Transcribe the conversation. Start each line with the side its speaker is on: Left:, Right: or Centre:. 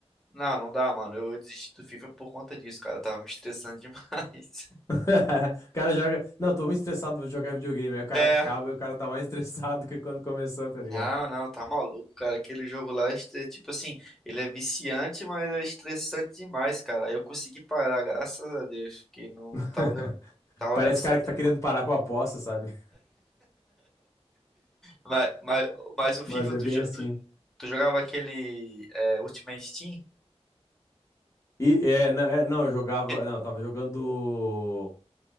Centre: Não, não dá, mano. Eu desisti do FIFA por conta disso, cara. Eu tava me estressando demais. <laughs>
Left: <laughs> O cara joga. Não, tô muito estressado, vou jogar videogame. Aí o cara
Centre: É,
Left: acaba e o cara tá mais <laughs> estressado que quando começou, tá ligado?
Centre: Não, não, tá maluco, cara. Aquele jogo lá, é estre- tipo assim, ele é viciante, mas é estressante demais, cara. Eu consegui parar, graças a Deus, porque não
Left: <laughs>
Centre: tava dando, tava
Left: Parece
Centre: dando certo,
Left: o cara que tá
Centre: não.
Left: querendo parar com a aposta, sabe?
Centre: Mas, mas, mas o
Left: Mas
Centre: FIFA,
Left: é
Centre: tu,
Left: bem
Centre: jo-
Left: assim.
Centre: tu, tu jogava aquele é, Ultimate Team?
Left: E é, não, é, não, eu jogava.
Centre: Que-
Left: Não, eu tava jogando.